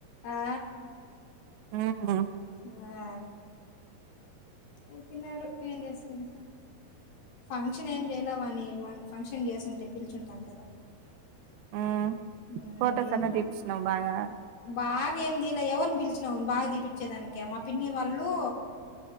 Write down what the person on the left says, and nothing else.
ఆ
ఆ! చెప్పినారు ఏం చేసేది ఫంక్షన్ ఏం చేయలే వాణి ఫంక్షన్ ఫంక్షన్ చేసింటే పిలుచుంటాం కదా
ఉమ్
ఇంట్లో
బాగా ఏమింది తీలే ఎవని పిలిచ చినాం బాగా దీపచ్చేదానిక మా పిన్ని వాళ్ళు